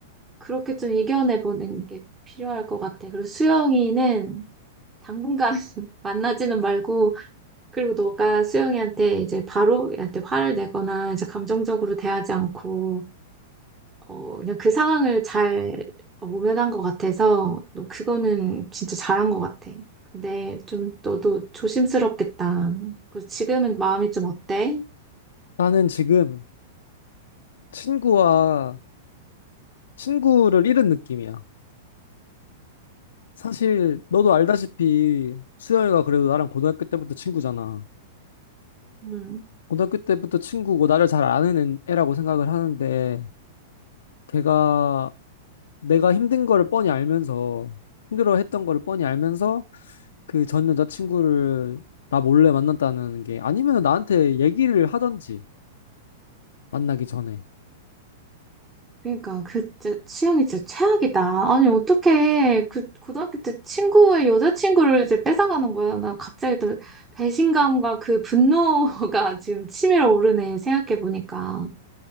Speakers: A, on the right; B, on the left.
A: 그렇게 좀 이겨내보는 게 필요할 것 같아. 그리고 수영이는 당분간 <laughs> 만나지는 말고 그리고 너가 수영이한테 이제 바로 얘한테 화를 내거나 이제 감정적으로 대하지 않고 어, 그냥 그 상황을 잘 어, 모면한 것 같아서, 너 그거는 진짜 잘한 것 같아. 근데 좀 너도 조심스럽겠다. 그 지금은 마음이 좀 어때?
B: 나는 지금 친구와 친구를 잃은 느낌이야. 사실 너도 알다시피 수영이가 그래도 나랑 고등학교 때부터 친구잖아.
A: 음.
B: 고등학교 때부터 친구고 나를 잘 아는 애- 애라고 생각을 하는데 걔가 내가 힘든 거를 뻔히 알면서 힘들어 했던 거를 뻔히 알면서 그 전 여자친구를 나 몰래 만났다는 게 아니면 나한테 얘기를 하던지 만나기 전에.
A: 그러니까 그 진짜 취향이 진짜 최악이다. 아니 어떻게 그 고등학교 때 친구의 여자친구를 이제 뺏어가는 거야. 나 갑자기 또 배신감과 그 분노가 <laughs> 지금 치밀어 오르네 생각해 보니까.